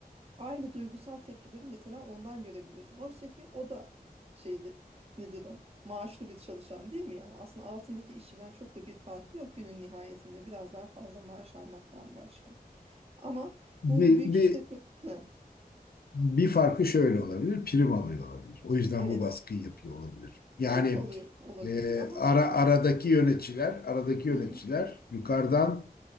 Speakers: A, on the right (about 40°); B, on the left (about 75°).
A: aynı duygusal tepkileri mesela ondan görebiliyorsun. Oysa ki o da şeyli nedir o? Maaşlı bir çalışan değil mi? Yani aslında altındaki işçiden çok da bir farkı yok günün nihayetinde. Biraz daha fazla maaş almaktan başka. Ama
B: Bir,
A: bu büyük
B: bir,
A: işletme <laughs>
B: bir farkı şöyle olabilir, prim alıyor olabilir. O yüzden
A: evet
B: bu baskıyı yapıyor olabilir. Yani
A: prim alıyor olabilir
B: e,
A: ama
B: ara, aradaki yöneticiler, aradaki yöneticiler
A: Hı hı.
B: yukarıdan